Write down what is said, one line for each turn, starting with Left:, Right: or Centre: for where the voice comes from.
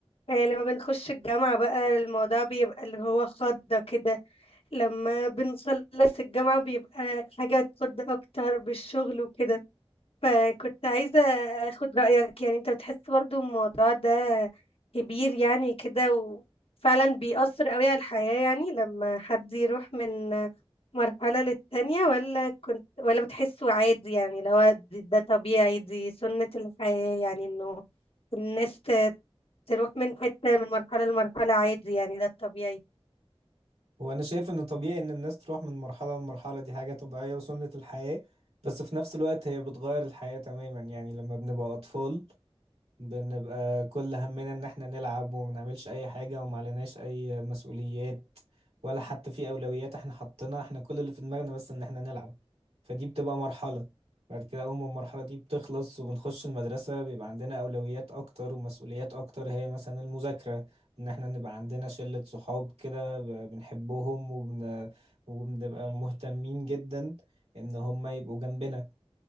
Left: آه، لما بنخش الجامعة بقى الموضوع بيبقى اللي هو خضة كده لما بنخلص الجامعة بيبقى حاجة تخض أكتر بالشغل وكده فكنت عايزة أخد رأيك يعني أنت بتحس برضو الموضوع ده كبير يعني كده وفعلا بيأثر قوي على الحياة يعني لما حد يروح من مرحلة للتانية ولا كنت ولا بتحسه عادي يعني اللي هو دي- ده طبيعي دي سنة الحياة يعني إنه الناس ت- تروح من حتة من مرحلة لمرحلة عادي يعني ده الطبيعي
Right: وانا شايف ان طبيعي ان الناس تروح من مرحله لمرحله دي حاجه طبيعيه وسنه الحياه بس في نفس الوقت هي بتغير الحياه تماما يعني لما بنبقى اطفال بنبقى كل همنا ان احنا نلعب وما نعملش اي حاجة وما عليناش اي مسؤوليات ولا حتى في اولويات احنا حطيناها احنا كل اللي في دماغنا بس ان احنا نلعب فدي بتبقى مرحلة بعد كده اول ما المرحلة دي بتخلص وبنخش المدرسة بيبقى عندنا اولويات اكتر ومسؤوليات اكتر هي مثلا المذاكرة ان احنا نبقى عندنا شلة صحاب كده ب- بنحبهم وبن... وبنبقى مهتمين جدا ان هم يبقوا جنبنا